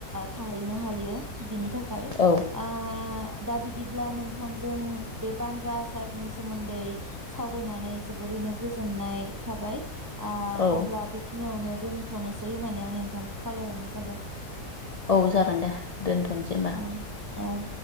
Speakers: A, on the right (about 20°); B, on the left (about 65°).
A: थाहैनो हायो बिनि थाख खाय
B: औ
A: आ दा बिदिब्ला नोंथांजों बे बान्द्रा आसारनि सोमोन्दै सावरायनानै जोबोरैनो गोजोननाय थाबाय। आ
B: औ
A: अब्ला बेखिनियावनो दोनथनोसै होननानै आं नोंथांखौ खावलायहरनाय जाबाय।
B: औ जागोन दे दोनथनोसै होमबा।
A: औ औ